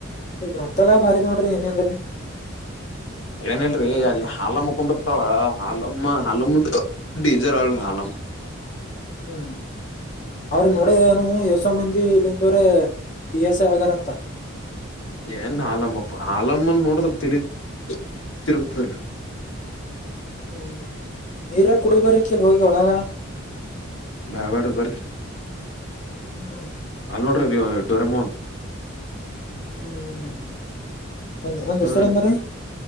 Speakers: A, on the left (about 35°); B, on the left (about 70°).
A: ಈ ಗ್ರಂಥಾಲಯ ಭಾರಿ ಅದ ನೋಡ್ರಿ ಏನೆ ಅಂದುರಿ.
B: ಏನಿಲ್ರಿ ಅಲ್ಲಿ ಹಾಲ ಮುಕೊಂಡ್ ಬಿರ್ತಾವ ಹಾಲಮ್ಮ ಹಾಲಮ್ಮ ಡೇಂಜರ್ ಹಾಳ್ ರಿ ಹಾಲಮ್ಮ.
A: ಹ್ಮ್ ಅವ್ರಿಗ ನೋಡೆ ಏನು ಎಸೋ ಮಂದಿ ಇಲ್ಲಿಂದೋವ್ರೆ ಪಿ ಎಸ್ ಐ ಆಗ್ಯರಂತ್.
B: ಏನ್ ಹಾಲಮ್ಮಪ್ಪ ಹಾಲಮ್ಮನ್ ನೋಡಿದ್ರ ತಲಿ ತಿರಗತದ್ರಿ.
A: ಹ್ಮ್ ನೀರೆ ಕುಡ್ದ್ ಬರ್ರಿ ಕಿಲ್ ಹೋಗಿ ಒಳಗ.
B: ಬ್ಯಾಡ್ ಬಡ್ ಬರ್ರಿ.
A: ಹ್ಮ್
B: ಅಲ್ ನೋಡ್ರಿ ರಿಯೋ ಡೊರೆಮೋನ್.
A: ಹ್ಮ್ ಹ್ಮ್ ಅವಂದ ಅವಂದ
B: ಹಾ
A: ಹೆಸುರು ಎಂದರಿ